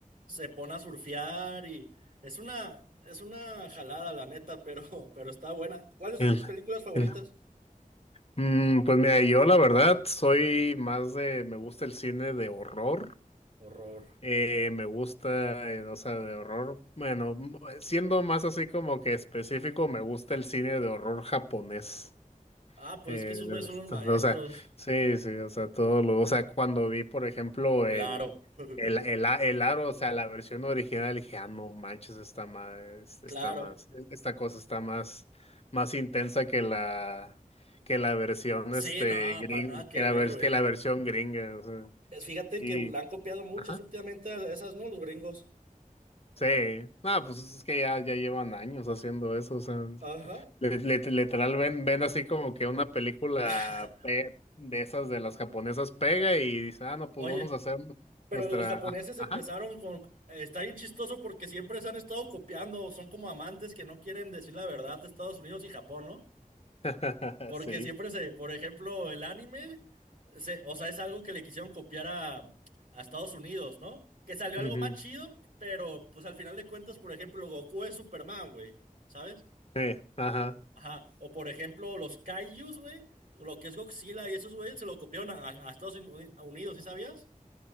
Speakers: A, on the right; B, on the left.
A: se pone a surfear y es una, es una jalada, la neta, pero, <laughs> pero está buena. ¿Cuáles son
B: El-
A: tus películas favoritas?
B: el- Mm, pues mira, yo la verdad soy más de, me gusta el cine de horror.
A: Horror.
B: Eh, me gusta, eh, o sea, de horror. Bueno, m- siendo más así como que específico, me gusta el cine de horror japonés.
A: Ah, pues
B: Eh,
A: es que esos
B: de- de-
A: güeyes son los maestros.
B: <laughs> o sea, sí, sí, o sea, todo lo, o sea, cuando vi, por ejemplo,
A: El
B: el,
A: Aro. <laughs>
B: el, el, a- el aro, o sea, la versión original, dije, ah, no manches, está más,
A: Claro.
B: está más, e, esta cosa está más, más intensa que la, que la versión,
A: Sí,
B: este,
A: no,
B: gring,
A: para nada que
B: que la,
A: ver,
B: vers-
A: güey.
B: que la versión gringa, o sea,
A: Eh, Fíjate
B: y,
A: que la han copiado muchas
B: ajá.
A: últimamente a esas, ¿no? Los gringos.
B: Sí, nada, pues es que ya, ya llevan años haciendo eso, o sea,
A: Ajá.
B: le- le- literal ven, ven así como que una película
A: <laughs>
B: pe- de esas de las japonesas pega y dice, ah, no, pues
A: Oye,
B: vamos a hacer
A: Pero
B: nuestra...
A: los japoneses
B: ah, Ajá.
A: empezaron con... Está bien chistoso porque siempre se han estado copiando, son como amantes que no quieren decir la verdad, Estados Unidos y Japón, ¿no?
B: <laughs>
A: Porque
B: Sí.
A: siempre se, por ejemplo, el anime, se- o sea, es algo que le quisieron copiar a, a Estados Unidos, ¿no? Que salió
B: Ujú.
A: algo más chido, pero pues al final de cuentas, por ejemplo, Goku es Superman, güey, ¿sabes?
B: Sí, ajá.
A: Ajá. O por ejemplo, los Kaijus, güey, lo que es Godzilla y esos, güey, se lo copiaron a, a Estados Uni- Unidos, ¿sí sabías?